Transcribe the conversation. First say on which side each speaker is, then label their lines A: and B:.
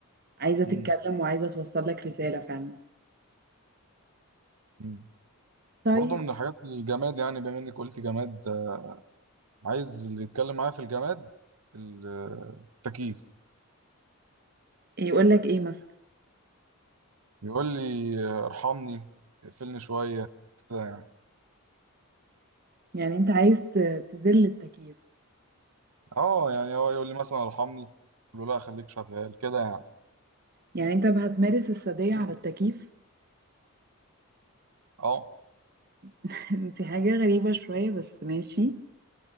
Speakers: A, on the right; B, on the right.
A: عايزة تتكلم
B: امم
A: وعايزة توصل لك رسالة فعلا
B: امم
A: طيب
B: برضه من الحاجات الجماد يعني بما انك قلت جماد آه، عايز اللي يتكلم معايا في الجماد ال- آه، التكييف
A: يقول لك ايه مثلا
B: يقول لي آه، ارحمني اقفلني شويه كده يعني
A: يعني انت عايز ت- تذل التكييف
B: اه يعني هو يقول لي مثلا ارحمني اقول له لا خليك شغال كده يعني
A: يعني انت هتمارس السادية على التكييف
B: اه
A: <laughs> انت حاجة غريبة شوية بس ماشي